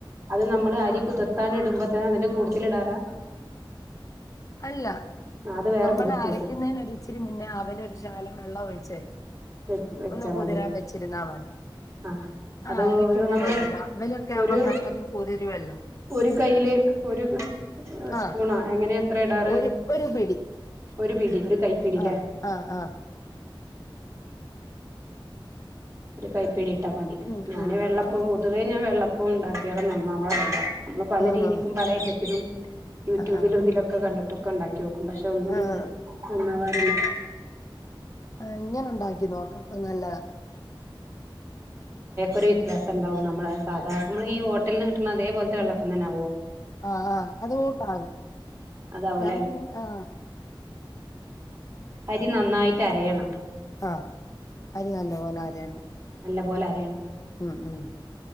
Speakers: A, on the right; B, on the left.
A: അത് നമ്മള് അരി കുതിർത്താൻ ഇടുമ്പോ തന്നെ അതിന്റെ കൂടുതൽ ഇടാറാ
B: അല്ല
A: അത് വേറെ
B: നമ്മള്
A: കുതിർത്തി
B: അരക്കുന്നതിന്
A: വെക്കും
B: ഒരു ഇച്ചിരി മുന്നേ അവല് ഒരു ശകലം വെള്ളം ഒഴിച്ചേ
A: വ വെച്ചാ
B: ഒന്ന്
A: മതിൽ
B: കുതിരാൻ വെച്ചിരുന്നാ മതി.
A: ആ അത്
B: ആഹ് അരക്കുന്നതിന്
A: നമ്മള്
B: രാവിലൊക്കെ
A: ഒരു
B: ആവുമ്പോ പെട്ടെന്ന് കുതിരുവല്ലോ
A: ഒരു കയ്യില് ഒരു സ്പൂണാ
B: ആഹ്
A: അങ്ങനെയ ത്ര ഇടാറ്
B: ഒരു ഒരു പിടി
A: ഒരു പിടി കൈപ്പിടില്ലേ
B: ആഹ് ആഹ് ആഹ്
A: ഉം ഇരു കൈ പിടി ട്ടാ മതി
B: ഉം
A: ഞാന്
B: ഉം
A: വെള്ളപ്പം
B: ഉം
A: പൊതുവേ ഞാൻ വെള്ള ഇപ്പ ഉണ്ടാക്കിയാറ് നന്നാവാറില്ല നമ്മള് പല
B: ആഹ്
A: രീതിക്കും
B: ആഹ്
A: പല ഐറ്റത്തിലും യൂട്യൂബിലും
B: ആഹ്
A: ഇതിലൊക്കെ കണ്ടി ട്ടൊക്കെണ്ട ക്കിയോക്കും പക്ഷെ ഒന്നും
B: ആഹ്
A: കൂടെ നന്നാവാറില്ല
B: ആ ഇങ്ങനെ ഉണ്ടാക്കി നോക്കാം അപ്പൊ നല്ലതാ
A: ഒരു വ്യത്യാസം ണ്ടാവും നമ്മളെ സാധാ നമ്മള് ഈ ഹോട്ടൽന്ന് കിട്ട്ണ അതപോലത്തെ വള്ളം അപ്പം തന്നാവോ
B: ആ ആഹ് അതോട്ടാകും
A: അതാവൂല്ലേ
B: ഞാൻ പിന്നെ ആ
A: അരി നന്നായിട്ട് അരയണം
B: ആ അരി നല്ല പോലെ അരയണം
A: മ്പോലെ
B: ഉം ഉം